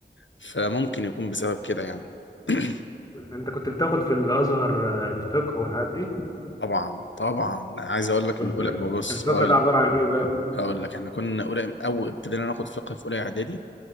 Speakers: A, on the left; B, on the left.
A: فممكن يكون بسبب كده يعني <clears throat>
B: انت كنت بتاخد في الازهر آه، الفقه والحاجات دي
A: طبعا طبعا انا عايز اقول لك
B: طب
A: من
B: الفقه
A: اولى ببص
B: الفقه
A: هقول
B: ده عباره عن ايه بقى
A: هقول لك احنا كنا اولى اول ابتدينا ناخد فقه في اولى اعدادي